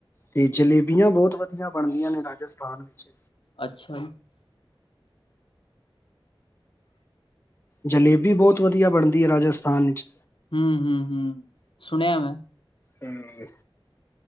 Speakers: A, on the left; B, on the left.
A: ਤੇ ਜਲੇਬੀਆਂ ਬਹੁਤ ਵਧੀਆ ਬਣਦੀਆਂ ਨੇ ਰਾਜਸਥਾਨ ਵਿੱਚ।
B: ਅੱਛਾ।
A: ਜਲੇਬੀ ਬਹੁਤ ਵਧੀਆ ਬਣਦੀ ਏ ਰਾਜਸਥਾਨ ਵਿੱਚ।
B: ਹੂ ਹੂ - ਹੂ ਸੁਣਿਆ ਮੈਂ।
A: ਹੂ।